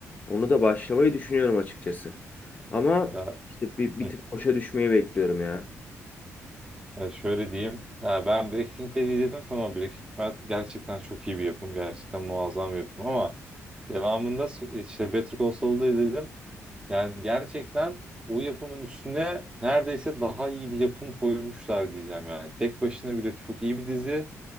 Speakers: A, on the left; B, on the right.
A: Onu da başlamayı düşünüyorum açıkçası. Ama
B: Ya,
A: işte bir, bir
B: hı.
A: tık boşa düşmeyi bekliyorum ya.
B: Ya şöyle diyeyim. Ha, ben Breaking Bad'i izledim. Tamam Breaking Bad gerçekten çok iyi bir yapım. Gerçekten muazzam bir yapım ama devamında so- e, işte Better Call Saul'da izledim. Yani gerçekten o yapımın üstüne neredeyse daha iyi bir yapım koymuşlar diyeceğim yani. Tek başına bile çok iyi bir dizi.